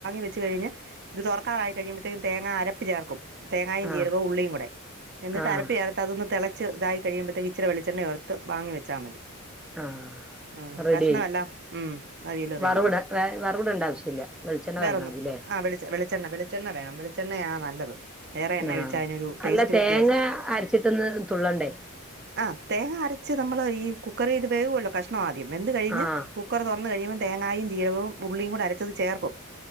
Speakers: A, on the right (about 50°); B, in the centre.
A: വെ കഴിഞ്ഞ് ഇത്റക്കറായി കഴിയ്പഴത്തേ തേങ്ങ അരപ്പ ചേർക്കും തേങ്ങും
B: ആഹ്
A: ചീരവ ഉള്ളിയും കൂടെ എന്നിട്ട്
B: ആഹ്
A: അരപ്പ് ചേർത്തത ഒ തിളച്ച് ഇതായി കഴിയുമ്പഴേ ഇച്ചി വെളിച്ചെണയോറത്ത് വാി വൊ മതി
B: ആഹ
A: ഉം.
B: റെഡി
A: കഷ്ണമെല്ലാം
B: ആായി
A: ഉം. അവിയൽ
B: വറവിട
A: റെഡി
B: വ വറവിടണ്ട ആവശ്യ ഇില്ല വെളിച്ചെണ്ണ
A: വേറൊന്നും
B: വരങ്ങാൽ മതില്ലേ
A: ആ വെളിച്ച വെളിച്ചെണ് വെളിച്ചെണ്ണ വേണം വെളെണ്ണ നല്ലത് വേറെ എണ്ണ
B: ആഹ്
A: ഒഴാൽ അതിനൊരു ടേസ്റ്റ്
B: അല്ല
A: വ്യത്യാസം
B: തേങ്ങ അരച്ചിട്ടൊന്ന് തുള്ളണ്ടേ
A: ആ തേങ്ങ അരച്ച് നമ്മൾ ഈ കുക്കർ ചെയ്ത് വേകുമല്ലോ കഷണംമാ ആദ്യം എന്ത് കഴിഞ്ഞ്
B: ആഹ്
A: കുക്കർ തുറന്ന് കഴിയുമ്പൾ തേങ്ങായും ജീരവും ഉള്ളിയും കൂടെ അരച്ചത് ചേർക്കും